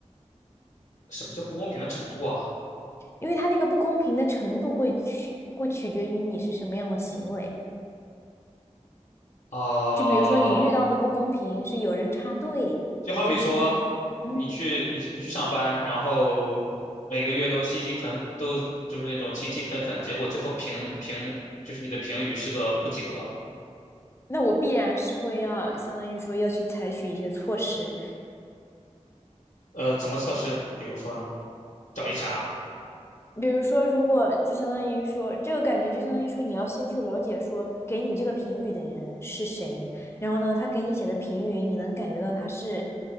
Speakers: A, on the left; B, on the left.
A: 什么叫不公平的程度啊？
B: 因为它那个不公平的程度会取会取决于你是什么样的行为。
A: 啊、
B: 就比如说你遇到的不公平是有人插队，
A: 就好比说，
B: 还是说，嗯，
A: 你去你你去上班，然后每个月都辛辛恳都就是那种勤勤恳恳，结果最后评评就是你的评语是个不及格。
B: 那我必然是会要相当于说要去采取一些措施。
A: 呃，怎么测试？比如说呢，找 HR。
B: 比如说，如果就相当于说，这个感觉就相当于说，你要先去了解说给你这个评语的人是谁，然后呢，他给你写的评语，你能感觉到他是